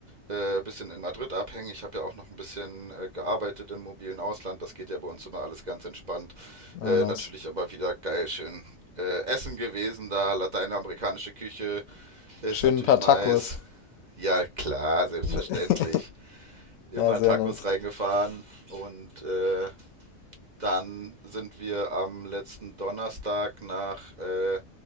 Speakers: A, on the right; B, on the left.
A: äh, bisschen in Madrid abhängen. Ich habe ja auch noch ein bisschen äh, gearbeitet im mobilen Ausland. Das geht ja bei uns immer alles ganz entspannt.
B: Ah,
A: Äh,
B: nice.
A: natürlich aber wieder geil, schön äh, Essen gewesen da, lateinamerikanische Küche ist
B: Schön
A: natürlich
B: ein paar
A: nice.
B: Tacos.
A: Ja, klar, selbstverständlich.
B: <laughs>
A: Immer
B: Ja, sehr
A: Tacos
B: nice.
A: reingefahren und äh, dann sind wir am letzten Donnerstag nach äh,